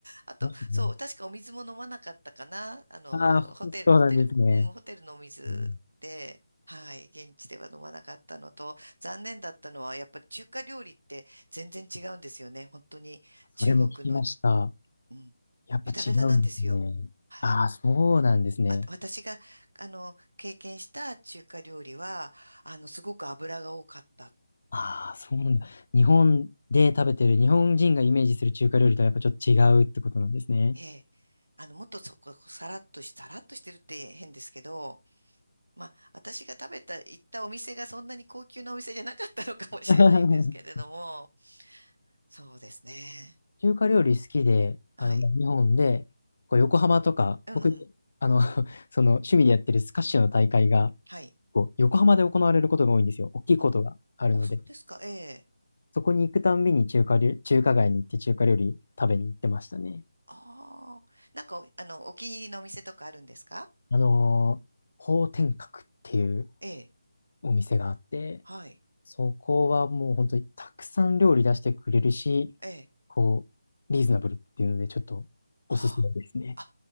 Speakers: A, on the right (about 75°); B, on the left (about 50°).
A: あと、
B: もしね。
A: そう、確かお水も飲まなかったかな。あの、
B: ああ、
A: ホテル、
B: そうなんですね。
A: ホテル、うん、ホテルのお水で、
B: うん、
A: はい、現地では飲まなかったのと、残念だったのは、やっぱり中華料理って全然違うんですよね。本当に中国の、
B: それも聞きました。
A: うん、
B: やっぱ違うんですね。
A: ベタベタなんですよ。はい。
B: ああ、そうなんですね。
A: あ、私が、あの、経験した中華料理は、あの、すごく油が多かった。
B: ああ、そうなんだ。日本で食べてる、日本人がイメージする中華料理とはやっぱちょっと違うってことなんですね。
A: ええ。あの、もっとそこ、さらっとし、さらっとしてるって変ですけど、まあ、私が食べた、行ったお店がそんなに高級なお店じゃなかったのかもしれないんですけれども、
B: <laughs>
A: そうですね。
B: 中華料理好きで、
A: はい。
B: あの、まあ日本で、こう横浜とか、
A: うんうん。
B: 僕、あの、<laughs> その趣味でやってるスカッシュの大会が、
A: はい。
B: こう横浜で行われることが多いんですよ。大きいことがあるので、
A: あ、あ、そうですか。ええ。
B: そこに行くたんびに中華料、中華街に行って中華料理食べに行ってましたね。
A: ああ。なんか、あの、お気に入りのお店とかあるんですか
B: あのー、方天閣っていう
A: ええ。
B: お店があって、
A: はい。
B: そこはもう本当にたくさん料理出してくれるし、
A: ええ。
B: こう、リーズナブルっていうので、ちょっとおすすめですね。
A: ああ。あ、